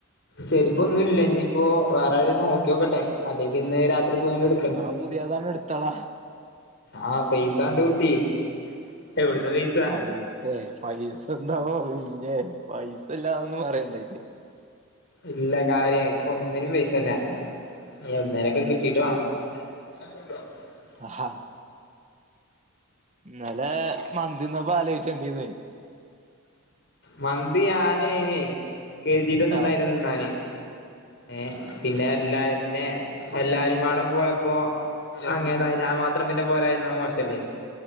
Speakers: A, on the left; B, on the right.
A: ചെരിപ്പൊന്നും ഇല്ല ഇനിയിപ്പോ വേറെ ആരേം നോക്ക്യോക്കട്ടെ അല്ലെങ്കി ഇന്ന് രാത്രി പോയണ്ട്
B: ന്നാ പുതിയതണ്ട് എടുത്താളാ
A: ആഹ് പൈസ വേണ്ടേ കുട്ടി എവിടുന്ന പൈസ
B: പൈസേ പൈസ എന്താ ഓ പിന്നേ പൈസല്ലാന്ന് പറയണ്ട ഇച്ച്
A: ഇല്ല കാര്യയി ഇപ്പൊ ഒന്നിനും പൈസല്ല ഞിവടന്നേലൊക്കെ കിട്ടീട്ട് വണം <unintelligible>
B: ആഹ്ഹ ഇന്നലെ മന്തിന്നപ്പോ ആലോചണ്ടീന്ന്
A: മന്തി ഞാനയിനെ കരുതിട്ടൊന്നും
B: ആഹ്
A: ഇണ്ടായില്ല തിന്നാന് ഏഹ് പിന്നെ എല്ലാര് പിന്നെ എല്ലാരും പാടെ പോയപ്പോ അങ്ങനെ തിന്നായ ഞാൻ മാത്രം പിന്നെ പോരായിരുന്ന മോശല്ലേ